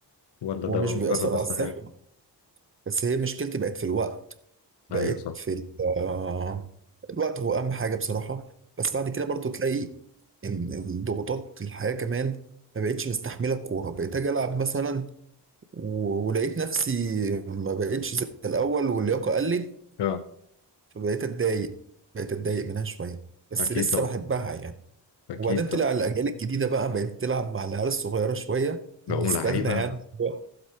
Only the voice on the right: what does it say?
ومش
بيأثر
على الصحة
بس هي مشكلتي بقت في الوقت بقيت
في ال- آه، الوقت هو اهم حاجه بصراحه بس بعد كده برضو تلاقي ان الضغوطات الحياه كمان ما بقتش مستحمله الكوره بقيت اجي العب مثلا و- ولقيت نفسي ما بقتش زي الاول واللياقه قلت
فبقيت اتضايق بقيت اتضايق منها شويه بس
لسه
بحبها يعني
وبعدين طلع
الاجيال الجديده بقى بقت تلعب مع العيال الصغيره شويه
بالنسبه
لنا يعني هو